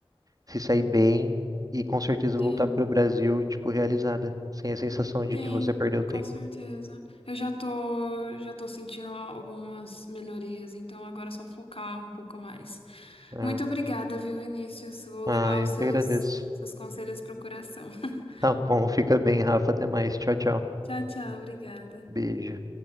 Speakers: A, on the right; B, on the left.
A: se sair bem e com certeza
B: Sim,
A: voltar para o Brasil, tipo, realizada, sem a sensação de
B: sim,
A: que você perdeu tempo.
B: com certeza. Eu já tô, já tô sentindo algumas melhorias, então agora é só focar um pouco mais.
A: É.
B: Muito obrigada, viu, Vinícius? Vou
A: Ah,
B: levar
A: eu
B: os seus,
A: que agradeço.
B: seus conselhos pro coração. <laughs>
A: Tá bom, fica bem, Rafa. Até mais. Tchau, tchau.
B: Tchau, tchau, obrigada.
A: Beijo.